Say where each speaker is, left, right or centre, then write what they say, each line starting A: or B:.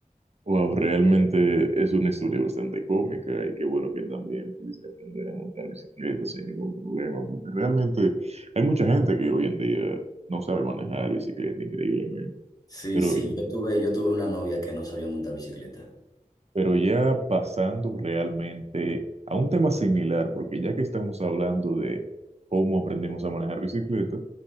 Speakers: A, on the right; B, on the left.
A: Wow, realmente es una historia bastante cómica y qué bueno que también pudiste aprender a montar bicicleta sin ningún problema, porque realmente hay mucha gente que hoy en día no sabe manejar bicicleta increíblemente,
B: Sí,
A: pero,
B: sí, yo tuve, yo tuve una novia que no sabía montar bicicleta.
A: pero ya pasando realmente a un tema similar, porque ya que estamos hablando de cómo aprendimos a manejar bicicleta,